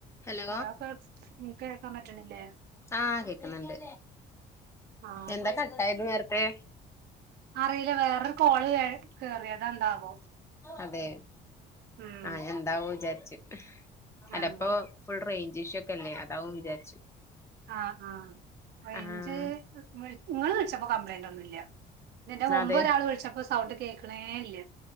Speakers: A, on the left (about 15°); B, on the right (about 75°).
A: ഹലോ
B: അതാ ഫാസ്റ്റ് നിങ്ങക്ക് കേക്കാൻ പറ്റണില്ലേ
A: ആഹ് കേക്കുന്നുണ്ട്
B: ആഹ്
A: എന്താ കട്ടായത് നേര്ത്തെ
B: അറിയില്ല വേറൊരു കോള്ലെ കേറിയതെന്താവോ
A: അതെ
B: ഉം
A: ആ ഞാ എന്താവു വിചാരിചിട്ട് ചെലപ്പോ
B: ആഹ്
A: ഫുൾ റേഞ്ച് ഇഷൂക്കെല്ലേ അതാവൂന്ന് വിചാരിച്ചു
B: ആഹ് ആഹ് റയിഞ്ച്
A: ആഹ്
B: വി നിങ്ങള് വിളിച്ചപ്പോ കംപ്ലയിന്റ് ഒന്നുല്ല ഇന്റെ മുമ്പൊരാള്
A: അതെ
B: വിളിച്ചപ്പോ സൗണ്ട് കേൾക്കണേ ഇല്ല